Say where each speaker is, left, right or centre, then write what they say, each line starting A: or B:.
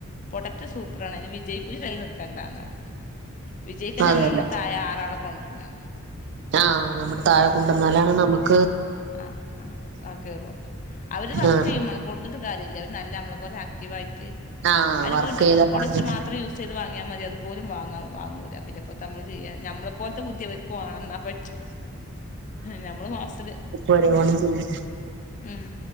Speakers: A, on the left; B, on the right.
A: പ്രൊഡക്റ്റ് സൂപ്പറാണ്ണ് അതിന് വിജയിക്കൂലി കുറിച്ച് കണ്ടാന്നറ്യ വിജയിക്ക്
B: അതല്ലേ
A: നമ്മ നമ്മുടെ തായെ റാളെ കൊണ്ട പന്ന
B: ആഹ് നമ്മുടെ താഴെ കുണ്ടന്നാലാണ് നമ്മുക്
A: ആഹ് ആ് ആ കേറളൂ അവര് വർക്ക്
B: ആഹ്
A: ചെയ്യും വേണം കൊണ്ന്നിട്ട് കാര്യല്ല അവര് നല്ല നമ്മള ഒരാക്റ്റീവ് ആയി റ്റ്
B: ആഹ്
A: അത്
B: വർക്ക്
A: ഒരു വീട്ടക്ക്
B: ചെയ്തതാണ്
A: പ്രോഡക്റ്റ് മാത്രം യൂസ് ചെയ്ത് വാങ്ങിയാൽ മതി അതുപോലും വാങ്ങാം വാങ്ങൂല പിന്നെ പൊത്തമ്മൾ ചെയ്യൻ ഞമ്മൾ പോല്ത്തെ ഭുദ്ധിയവർക്ക് വാണം ന്നാ പറ്റും ഞമ്മള് ക്ലാസിൽ
B: ഓരോന്ന് ചെയ്യ്ൻ
A: ഉം